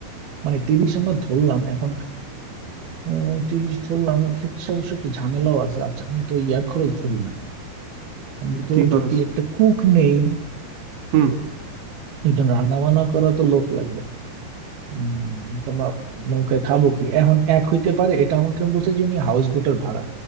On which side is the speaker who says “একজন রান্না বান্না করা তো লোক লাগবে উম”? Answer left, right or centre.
Right